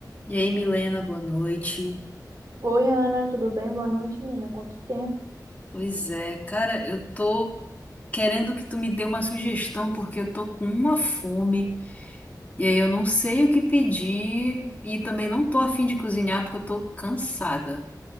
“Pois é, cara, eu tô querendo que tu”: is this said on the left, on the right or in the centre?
Left